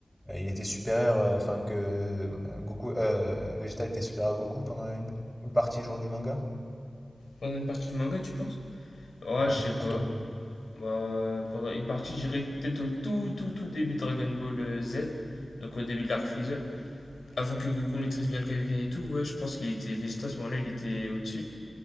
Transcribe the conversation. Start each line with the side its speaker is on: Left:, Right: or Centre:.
Centre: euh, il était supérieur, euh, enfin que euh, Goku, euh, Vegeta était supérieur à Goku pendant une, une partie genre du manga?
Left: Pendant une partie du manga, tu penses? Ouais,
Centre: Ouais,
Left: je sais pas.
Centre: pour toi.
Left: Bah, pendant une partie, je dirais que peut-être au tout, tout, tout début de Dragon Ball euh, Z, donc au début de l'arc Freezer. avant que Goku maîtrise bien le Kaioken et tout, ouais, je pense qu'il était Vegeta à ce moment-là, il était au-dessus.